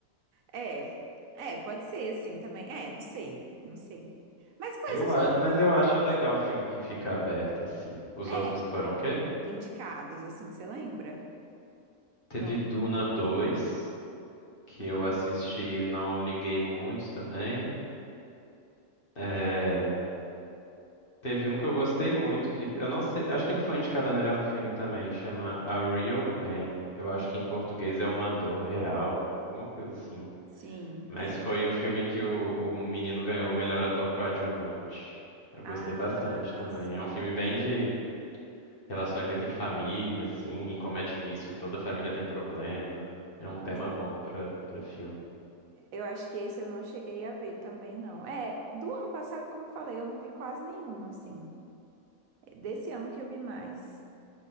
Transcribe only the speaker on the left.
Eu,
a-
mas
eu acho
legal o filme que fica aberto, assim. Os
outros que foram o quê?
Teve
Duna dois, que
eu assisti e não liguei muito também. É,
Teve um que eu gostei muito, que eu não sei, acho que ele foi indicado a melhor filme também, chama A Real Pain. Eu acho que em português é Uma Dor Real, alguma coisa assim.
Mas
foi o filme que o, o menino ganhou o melhor ator coadjuvante. Eu
gostei bastante também.
É um filme bem de relações entre família, assim, e como é difícil, toda família tem problema. É um tema
bom pra para filme.